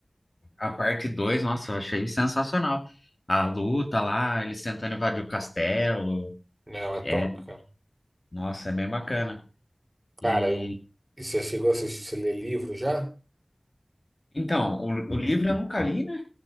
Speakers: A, on the left (about 50°); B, on the right (about 20°).
A: a parte 2, nossa, eu achei sensacional. A luta lá, eles tentando invadir o castelo.
B: Não, é
A: É,
B: top, cara.
A: nossa, é bem bacana.
B: Cara,
A: E
B: eu... e você chegou a assistir, você ler livro já?
A: então, o, o livro eu nunca li, né?